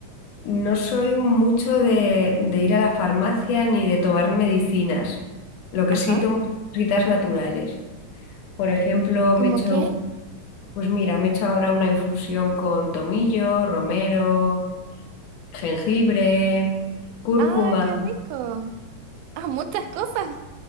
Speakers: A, on the left (about 65°); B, on the right (about 80°).
A: no soy mucho de, de ir a la farmacia ni de tomar medicinas. Lo que
B: Ajá.
A: sí tomo son cositas naturales. Por ejemplo, me
B: ¿Cómo
A: he hecho
B: qué?
A: Pues mira, me he hecho ahora una infusión con tomillo, romero, jengibre, cúrcuma.
B: Ah, qué
A: <laughs>
B: rico. Ah, muchas cosas.